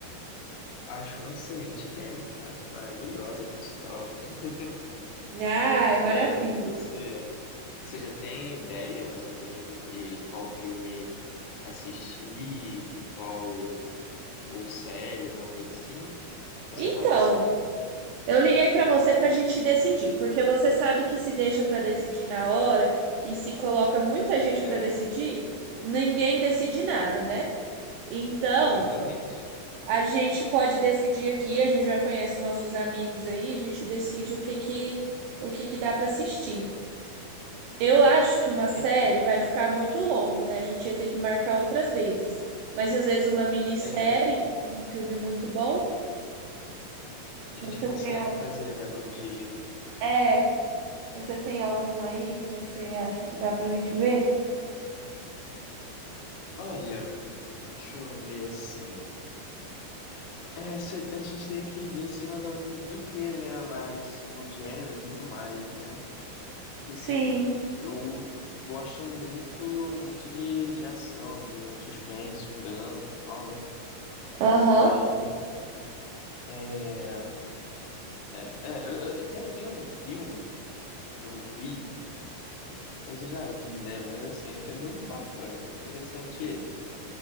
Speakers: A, on the left; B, on the right.
A: Acho uma excelente ideia, cara. Maravilhosa, por sinal. <laughs>
B: Ai, maravilha.
A: É, e você, e você já tem ideia, mais ou menos, do que qual filme assistir, de qual ou série, alguma coisa assim? Você
B: Então,
A: tá pensando?
B: eu liguei pra você pra gente decidir, porque você sabe que se deixa pra decidir na hora e se coloca muita gente
A: É,
B: pra decidir, ninguém decide nada, né? Então,
A: exatamente.
B: A gente pode decidir aqui, a gente já conhece nossos amigos aí, a gente decide o que que o que que dá para assistir. Eu acho que uma série
A: Perfeito.
B: vai ficar muito longo, né? A gente ia ter que marcar outras vezes. Mas às vezes uma minissérie
A: É, a
B: ou um filme muito bom.
A: gente
B: Você
A: consegue
B: tem al-
A: fazer, né, num dia.
B: É, você tem algum aí que você acha que dá pra gente ver?
A: Olha, deixa eu ver assim. É, se- a gente teria que ver, assim, mais ou menos do que, né? Mas, pro gênero e tudo mais, né? porque assim,
B: Sim.
A: eu gosto muito, muito de, de ação, de um suspense, um drama e tal, né?
B: Aham.
A: Então, é, é, é, eu, eu- tem, tem um filme que eu vi, eu já vi, né? Mas, assim, é muito bacana, muito interessante ele.